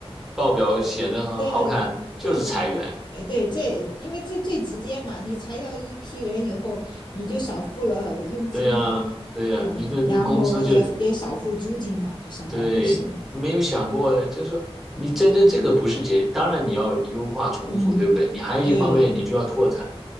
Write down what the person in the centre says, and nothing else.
报表显得很好看，
就是裁员。
对呀，对呀，
你这这工资就
对，没有想过，就是说你真正这个不是解，当然你要优化重组，
对不对？你还有一方面你就要拓展。